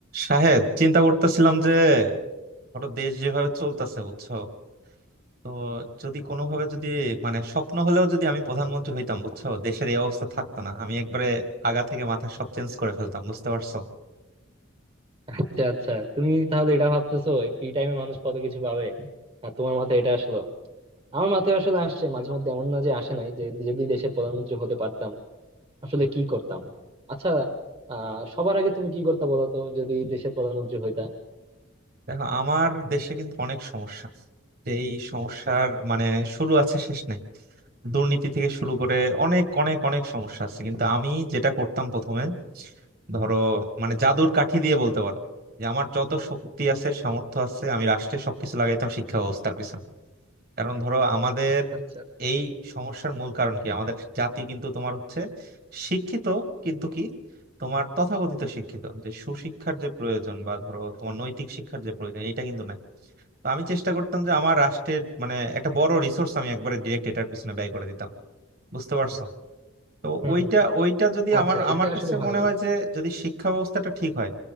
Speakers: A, on the right; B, on the right.
A: শাহেদ চিন্তা করতেছিলাম যে ধরো দেশ যেভাবে চলতেছে বুঝছো তো যদি কোনোভাবে যদি মানে স্বপ্ন হলেও যদি আমি প্রধানমন্ত্রী হইতাম বুঝছো দেশের এই অবস্থা থাকতো না আমি একবারে আগা থেকে মাথা সব চেঞ্জ করে ফেলতাম বুঝতে পারছো
B: আচ্ছা আচ্ছা তুমি তাহলে এটা ভাবতেছো ফ্রি টাইমে মানুষ কত কিছু পাবে আর তোমার মাথায় এটা আসলো আমার মাথায় আসলে আসছে মাঝে মধ্যে এমন না যে আসে নাই যে যদি দেশের প্রধানমন্ত্রী হতে পারতাম আসলে কি করতাম আচ্ছা আহ সবার আগে তুমি কি করতে বলো তো যদি দেশের প্রধানমন্ত্রী হইতা
A: দেখো আমার দেশে কিন্তু অনেক সমস্যা এই সমস্যার মানে শুরু আছে শেষ নাই দুর্নীতি থেকে শুরু করে অনেক অনেক অনেক সমস্যা আছে কিন্তু আমি যেটা করতাম প্রথমে ধরো মানে জাদুর কাঠি দিয়ে বলতে পারো যে আমার যত শক্তি আছে সামর্থ্য আছে আমি রাষ্ট্রের সবকিছু লাগাইতাম শিক্ষা ব্যবস্থার পিছনে কারণ ধরো আমাদের
B: আচ্ছা আচ্ছা।
A: এই সমস্যার মূল কারণ কি আমাদের জাতি কিন্তু তোমার হচ্ছে শিক্ষিত কিন্তু কি তোমার তথাকথিত শিক্ষিত যে সুশিক্ষার যে প্রয়োজন বা ধরো তোমার নৈতিক শিক্ষার যে প্রয়োজন এটা কিন্তু নাই তো আমি চেষ্টা করতাম যে আমার রাষ্ট্রের মানে একটা বড় রিসোর্স আমি একবারে ডিরেক্ট এটার পিছনে ব্যয় করে দিতাম বুঝতে পারছো তো
B: হম
A: ওইটা
B: হম
A: ওইটা যদি
B: আচ্ছা
A: আমার
B: এটা
A: আমার কাছে
B: আসলে ভালো
A: মনে
B: বলছো
A: হয় যে যদি শিক্ষা ব্যবস্থাটা ঠিক হয়